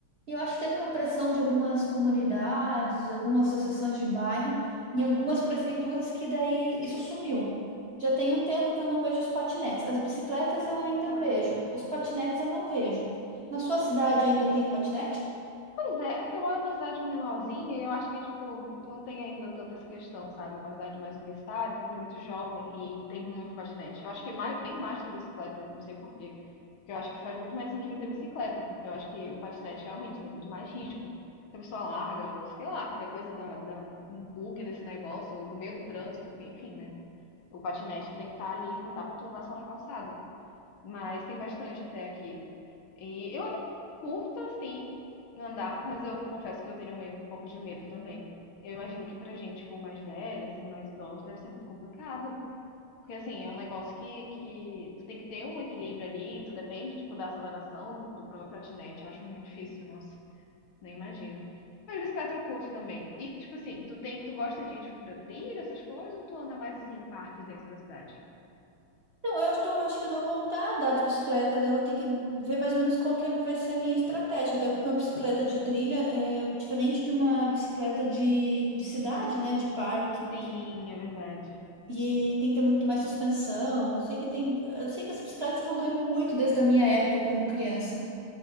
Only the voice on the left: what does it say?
Caramba.
Pois é, é porque eu moro numa cidade menorzinha e eu acho que, tipo, não tem ainda tanta essa questão, sabe? É Uma cidade mais universitária, então tem muito jovem e tem muito patinete. Eu acho que mais, bem mais do que bicicleta, eu não sei por quê. Porque eu acho que faz muito mais sentido ter bicicleta, porque eu acho que o patinete realmente tem muito mais risco. Se a pessoa larga, sei lá, qualquer coisa dá, dá um bug nesse negócio, ou no meio do trânsito, porque enfim, né? O patinete tu tem que estar ali, não dá pra tu andar só na calçada. Mas tem bastante até aqui. E eu até curto, assim, andar, mas eu confesso que eu tenho meio, um pouco de medo também. Eu imagino que pra gente, tipo, mais velha, assim, mais idosos, deve ser muito complicado. Porque, assim, é um negócio que, que tu tem que ter um equilíbrio ali, tu depende, tipo, da aceleração do, do próprio patinete. Eu acho muito difícil, nossa, nem imagino. Mas bicicleta eu curto também. E, que, tipo assim, tu tem, tu gosta de ir, tipo, pra trilha, essas coisas, ou tu anda mais, assim, em parques dentro da cidade?
Sim, é verdade.